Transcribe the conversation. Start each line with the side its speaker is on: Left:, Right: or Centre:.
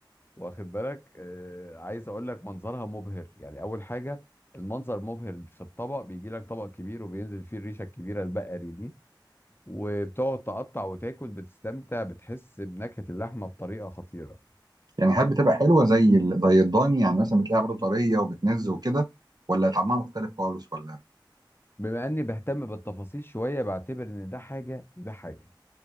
Left: واخد بالك آه عايز اقول لك منظرها مبهر يعني اول حاجة المنظر مبهر في الطبق بيجي لك طبق كبير وبينزل فيه الريشة الكبيرة البقري دي وبتقعد تقطع وتاكل بتستمتع بتحس بنكهة اللحمة بطريقة خطيرة
Right: يعني هل بتبقى حلوه زي ال... زي الضاني يعني مثلا بتلاقيها برضه طريه وبتنز وكده ولا طعمها مختلف خالص ولا
Left: بما اني بهتم بالتفاصيل شوية بعتبر ان ده حاجة وده حاجة